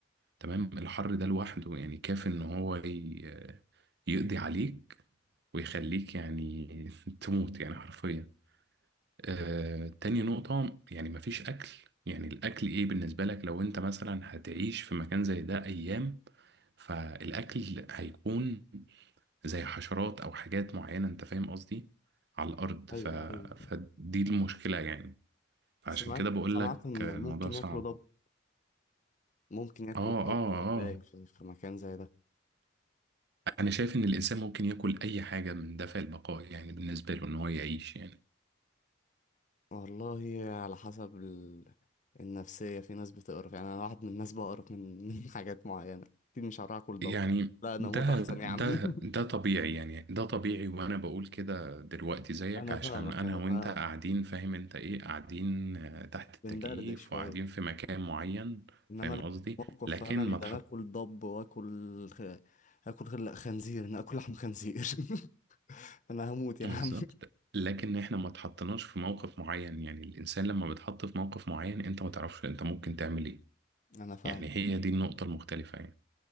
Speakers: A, on the right; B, on the left.
A: تمام الحر ده لوحده يعني كافي ان هو ي- آه، يقضي عليك ويخليك يعني <laughs> تموت يعني حرفيا آه، تاني نقطة يعني مفيش أكل يعني الأكل إيه بالنسبة لك لو أنت مثلا هتعيش في مكان زي ده أيام فالأكل هيكون زي حشرات او حاجات معينه انت فاهم قصدي على الارض
B: ايوه
A: ف...
B: ايوه
A: فدي المشكله يعني فعشان
B: سمعت
A: كده بقول
B: سمعت
A: لك
B: ان
A: الموضوع
B: ممكن
A: صعب
B: ياكلوا ضب ممكن ياكلوا
A: اه
B: الضب
A: اه
B: لو تايه
A: اه
B: في في مكان زي ده
A: انا شايف ان الانسان ممكن ياكل اي حاجه من دافع البقاء يعني بالنسبه له ان هو يعيش يعني
B: والله على حسب ال... النفسية في ناس بتقرف يعني انا واحد من الناس بقرف من <laughs> من حاجات معينة اكيد مش هروح اكل ضب
A: يعني
B: لا انا
A: ده
B: اموت احسن يا
A: ده
B: عم <laughs>
A: ده طبيعي يعني ده طبيعي وانا بقول كده دلوقتي زيك
B: انا
A: عشان
B: فاهمك
A: انا
B: انا
A: وانت
B: فاهمك
A: قاعدين فاهم انت ايه قاعدين آه، تحت التكييف
B: بندردش شويه
A: وقاعدين في مكان معين
B: انما
A: فاهم
B: لو
A: قصدي
B: موقف
A: لكن
B: فعلا
A: ما تحط
B: ده انا اكل ضب واكل خ... اكل خل... خنزير انا اكل لحم خنزير <laughs> انا هموت يا
A: بالظبط
B: عم
A: لكن احنا ما اتحطناش في موقف معين يعني الانسان لما بيتحط في موقف معين انت ما تعرفش انت ممكن تعمل ايه
B: انا فاهم
A: يعني هي دي النقطة المختلفة يعني